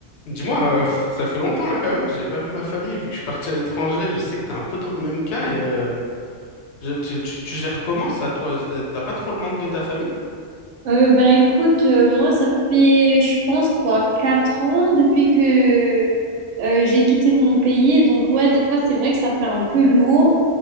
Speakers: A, on the left; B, on the right.
A: Dis-moi, euh, pff, ça fait longtemps là quand même que j'ai pas vu ma famille vu que je suis parti à l'étranger. Je sais que t'es un peu dans le même cas et euh, je- tu, tu, tu gères comment ça toi? T'as t'as pas trop le manque de ta famille?
B: Euh, ben écoute, euh, moi ça fait, je pense quoi, quatre ans depuis que euh, j'ai quitté mon pays. Donc ouais, des fois c'est vrai que ça fait un peu lourd